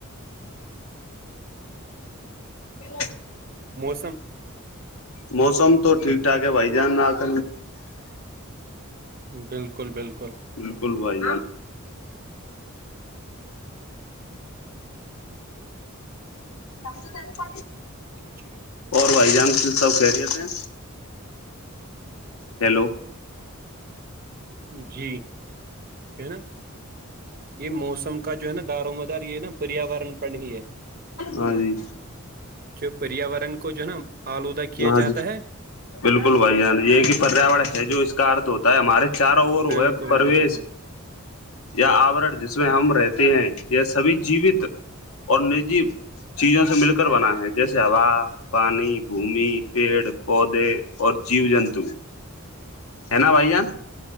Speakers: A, on the left (about 85°); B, on the right (about 45°).
A: پل
B: موسم
A: موسم تو ٹھیک ٹھاک ہے بھائی جان رکھ
B: بالکل بالکل
A: بالکل بھائی ب تو تو پ
B: ٹھیک ہے
A: اور بھائی جان پ سب کہرییت ہیں ہیلو
B: جی کہ نا یہ موسم کا جو ہے نا دار مدار یہ نا پریاورن پ ہی ہے
A: ہاں جی
B: جو پریاورن کو جو نا آلودہ کیا
A: ہاں
B: جاتا
A: جی
B: ہے
A: بالکل بھائی جان یہ کہ پریاورر ہے جو اس کا ارھ ہوتا ہے تو ہمے چار اور
B: بالکل
A: ہوئے پرویش
B: بالکل
A: یا آورن جس میں ہم رہتے ہیں یا سبھی جیوت اور نجی چیزوں سے مل کر بنا ہے جیسے ہوا پانی بھمی پیڑ پودے اور جیو جنتو ہے نا بھ جان